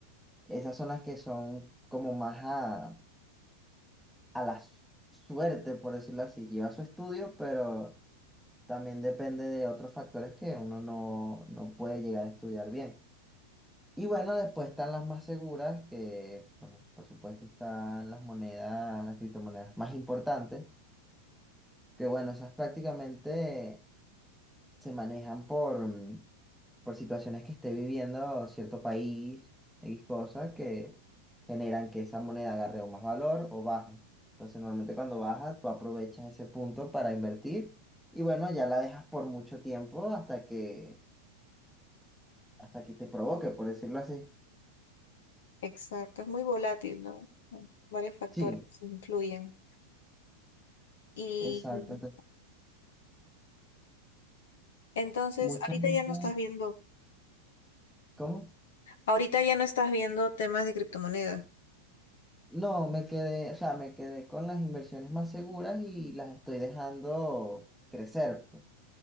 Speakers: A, in the centre; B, on the left (about 60°).
A: esas son las que son como más a, a la s- suerte, por decirlo así. Lleva su estudio, pero también depende de otros factores que uno no, no puede llegar a estudiar bien. Y bueno, después están las más seguras, que bueno, por supuesto están las monedas, las criptomonedas más importantes, que bueno, esas prácticamente se manejan por, mm, por situaciones que esté viviendo cierto país, X cosas, que generan que esa moneda agarre o más valor o baje. Entonces, normalmente cuando baja, tú aprovechas ese punto para invertir y bueno, ya la dejas por mucho tiempo hasta que, hasta que te provoque, por decirlo así.
B: Exacto, es muy volátil, ¿no? Bueno, Varios factores
A: Sí,
B: influyen. Y
A: exacto.
B: entonces,
A: Mucha
B: ahorita
A: gente,
B: ya no estás viendo,
A: ¿cómo?
B: ahorita ya no estás viendo temas de criptomoneda.
A: No, me quedé, o sea, me quedé con las inversiones más seguras y las estoy dejando crecer, pues,